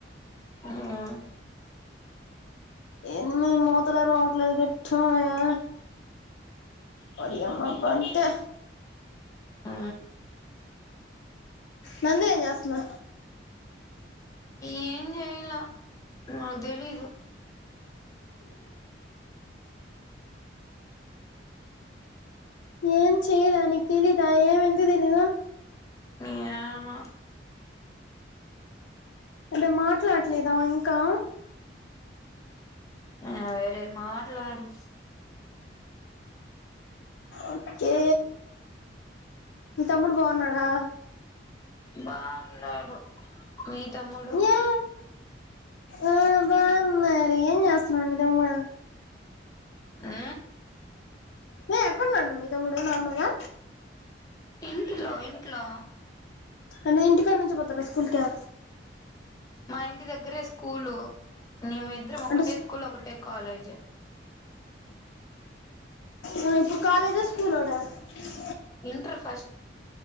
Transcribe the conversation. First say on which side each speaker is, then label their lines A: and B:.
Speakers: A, on the left; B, on the left.
A: ఔనా...
B: ఎనిమి మూత్రల రావట్లేదు గట్టి ఉన్నాయా మరి అమ్మ బంతే
A: ఆ..
B: నంది ఏం చేస్తున్న
A: ఏం చెయ్యలా నాకు తెలియదు
B: ఏం చేయలే నీకు తెలీదా ఏం ఎందుకు తెలీదు
A: ఏమో
B: అంటే మాట్లాడలేదా ఇంకా
A: అదే రేపు మాట మాట్లాడు
B: ఓకే.. మీ తమ్ముడు బాగున్నాడా
A: బాగున్నారు మీ తముడు
B: ఏ ఆ బాగున్నారు ఏం చేస్తున్నాడు మీ తమ్ముడు
A: ఆ..
B: ఏ.. ఎక్కడ ఉన్నాడు మీ తముడు నార్మల్ గా
A: ఇంట్లో ఇంట్లో
B: అన్నయ్య ఇంటికాడి నుంచి పోతాడా స్కూల్ ఇ
A: మా ఇంటి దగ్గరే స్కూలు నిమిద్దరం ఒకటే
B: అంటే
A: స్కూల్ ఒకటే కాలేజ్
B: ఆ ఇప్పుడు కాలేజ్ ఆ స్కూల్లోడా స్
A: ఇంటర్ ఫస్ట్